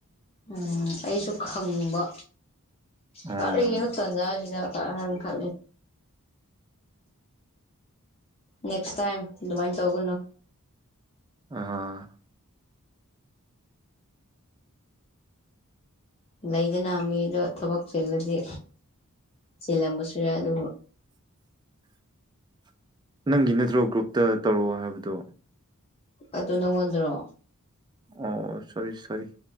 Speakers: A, on the left (about 25°); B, on the right (about 20°).
A: ꯎꯝ ꯑꯩꯁꯨ ꯈꯪꯕ
B: ꯑꯣ
A: ꯀꯔꯛꯅ ꯇꯟꯖꯥꯁꯤꯗ ꯀ ꯈ ꯅꯦꯛꯁ ꯇꯥꯏꯝ ꯑꯗꯨꯃꯥꯏꯅ ꯇꯧꯒꯅꯨ
B: ꯑ
A: ꯂꯩꯗꯅ ꯃꯤꯗꯣ ꯊꯕꯛ ꯆꯤꯜꯂꯗꯤ ꯆꯤꯜꯂꯝꯕꯁꯨ ꯌꯥꯏ ꯑꯗꯨ
B: <unintelligible> ꯅꯪꯒꯤ ꯅꯠꯇ꯭ꯔꯣ ꯒ꯭ꯔꯨꯞꯇ ꯇꯧꯔꯛꯑꯣ ꯍꯥꯏꯕꯗꯣ
A: ꯑꯗꯨ ꯅꯪꯉꯣꯟꯗ꯭ꯔꯣ
B: ꯑꯣ ꯁꯣꯔꯤ ꯁꯣꯔꯤ